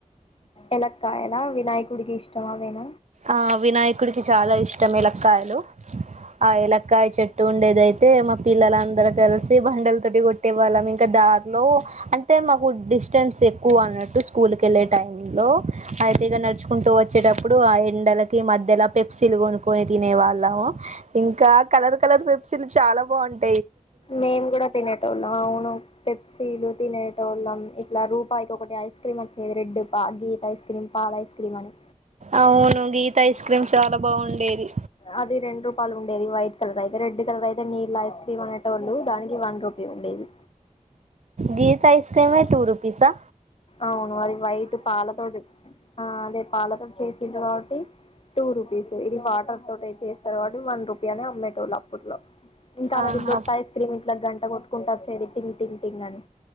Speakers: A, on the left; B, on the right.
A: ఎలక్కయన వినాయకుడికి ఇష్టం అవేణ
B: ఆ వినాయకుడికి చాలా ఇష్టం ఎలక్కయలు ఆ ఎలక్కాయ చెట్ టుండేది అయితే మా పిల్లలందరు కలిసి బండల తోటి కొట్టే వాళ్ళం, ఇంకా దారిలో అంటే మాకు డిస్టెన్స్ ఎక్కువ అన్నట్టు స్కూల్కు ఎళ్ళే టైం లో అయితే ఇగ నడుచు కుంటూ వచ్చేటప్పుడు ఆయే ఎండలకి మధ్యల పెప్సీలు కొనుక్కోని తినే వాళ్ళము. ఇంకా కలర్ కలర్ పెప్సీలు చాలా బాగుంట
A: మేము కూడా తినేటోళ్ళం, అవును పెప్సీలు తినేటోళ్ళం ఇట్లా రూపాయికి ఒకటి ఐస్ ఐస్ క్రీమ్ వచ్చేది రెడ్ పా గీత ఐస్ క్రీమ్ పాల ఐస్ క్రీమ్ అని
B: అవును గీత ఐస్ క్రీమ్ చాలా బాగుండేది.
A: అది రెండు రూపాయలు ఉండేది వైట్ కలర్ అయితే, రెడ్ కలర్ అయితే నీళ్ళ ఐస్ క్రీమ్ అనేటోళ్లు దానికి వన్ రూపీ ఉండేది.
B: గీత ఐస్ క్రీమే టూరూపీసా?
A: అవును అది వైట్ పాలతోడు అదే పాలతోడు చేసిండ్రు కాబట్టి టూ రూపీస్ ఇది వా టర్ తోటయితే తర్వాడు వన్ రూపి అనే అమ్మేటోళ్ అప్పట్లో ఇంకా
B: ఆహా
A: అది లొట్ట ఐస్ క్రీమ్ ఇట్లా గంట కొట్టుకుంట వచ్చేది టింగ్ టింగ్ తిన్నది